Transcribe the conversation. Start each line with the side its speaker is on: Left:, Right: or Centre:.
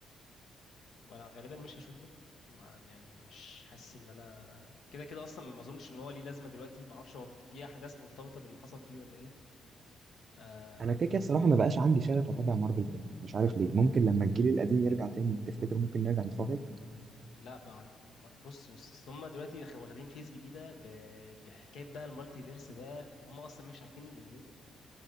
Left: وانا غالبا مش هشوفه مع يعني مش حاسس ان انا كده كده اصلا ما اظنش ان هو ليه لازمه دلوقتي ما اعرفش هو في احداث مرتبطه باللي حصل فيه ولا ايه آه
Right: انا كده كده الصراحه ما بقاش عندي شغف اتابع مارفل تاني مش عارف ليه ممكن لما الجيل القديم يرجع تاني تفتكر ممكن نرجع نتفرج
Left: لا ما ما- بص بص اصل هم دلوقتي خ- واخدين فيس جديده ب... بحكايه بقى المالتي فيرس ده هم اصلا مش عارفين يلموه